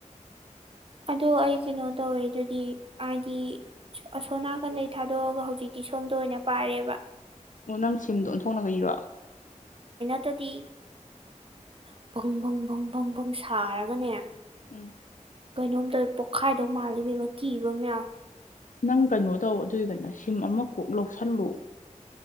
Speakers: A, on the right; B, on the left.
A: ꯑꯗꯣ ꯑꯩ ꯀꯩꯅꯣ ꯇꯧꯋꯤ ꯑꯗꯨꯗꯤ ꯍꯥꯏꯗꯤ ꯑꯁꯣꯝꯅꯥꯀꯟꯗꯩ ꯊꯥꯗꯣꯛꯑꯒ ꯍꯧꯖꯤꯛꯇꯤ ꯑꯩ ꯁꯣꯝꯗ ꯑꯣꯏꯅ ꯄꯥꯔꯦꯕ
B: ꯑꯣ ꯅꯪ ꯁꯤꯝꯗꯣ ꯑꯣꯟꯊꯣꯛꯅꯒ ꯏꯔꯣ
A: <unintelligible> ꯇꯗꯤ <unintelligible> ꯕꯪꯪ ꯕꯪ ꯕꯪ ꯁꯥꯔꯒꯅꯦ
B: ꯎꯝ
A: ꯀꯩꯅꯣꯝ ꯇꯧꯏ ꯄꯣꯛꯈꯥꯏꯗꯧ ꯃꯥꯜꯂꯤ ꯏꯕꯦꯝꯃ ꯀꯤꯕ ꯑꯃꯥ ꯌꯥꯎꯏ
B: ꯅꯪ ꯀꯩꯅꯣ ꯇꯧ ꯑꯗꯨꯏꯒꯅꯥ ꯁꯤꯝ ꯑꯃ ꯀꯣꯛ ꯂꯧꯁꯜꯂꯣ